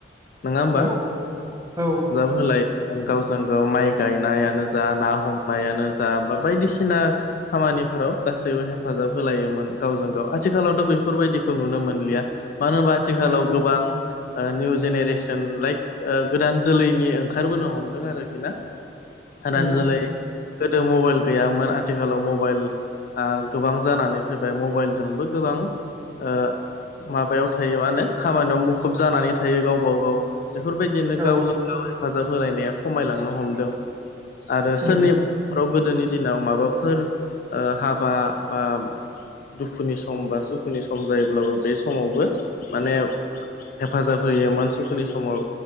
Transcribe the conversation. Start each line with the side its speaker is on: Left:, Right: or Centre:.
Left: नोङा होमबा
Right: औ औ
Left: <unintelligible> <unintelligible> होलाय गावजों गाव माइ गायनायानो जा ना हमनायानो जा बा बायदिसिना खामानिफोराव गासैबो हेफाजाब होलायोमोन गावजों गाव आथिखालावथ' बेफोरबायदिखौ नुनो मोनलिया मानो होनबा आथिखालाव
Right: उम
Left: गोबां ओ निउ जेनेरेसन लाइक ओ गोदान जोलैनि ओंखारबोनो हमदों आरोखि ना हादान
Right: उम
Left: जोलै गोदो मबाइल गैयामोन आथिखालाव मबाइल ओ गोबां जानानै फैबाय मबाइलजोंबो गोबां ओ माबायाव थायो मा होनो खामानियाव मुखुब जानानै थायो गावबा गाव बेफोरबायदिनो
Right: औ
Left: गावजों <inaudible> हेफाजाब होलायनाया खमायलांनो हमदों आरो
Right: उम
Left: सोरनि आरो गोदोनि दिनाव माबाफोर ओ हाबा बा दुखुनि सम बा सुखुनि सम जायोब्लाबो बे समावबो माने हेफाजाब होयोमोन सुखुनि समाव